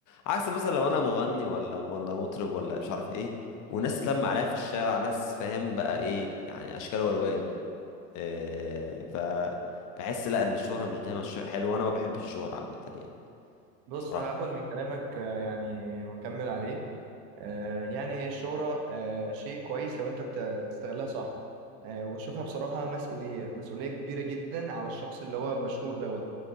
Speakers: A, on the left; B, on the right.
A: عكس مثلا لو انا مغني ولا ولا مطرب ولا مش عارف ايه والناس تتلم عليا في الشارع ناس فاهم بقى ايه يعني اشكال والوان إيه ف بحس لا ان الشهرة مش دايما شيء حلو وانا ما بحبش الشهرة عامة يعني
B: بص
A: بصراحة
B: هاخد من كلامك آه يعني واكمل عليه آه يعني هي الشهرة آه شيء كويس لو انت بت- بتستغلها صح آه وبشوفها بصراحة مسؤولية مسؤولية كبيرة جدا على الشخص اللي هو مشهور دوت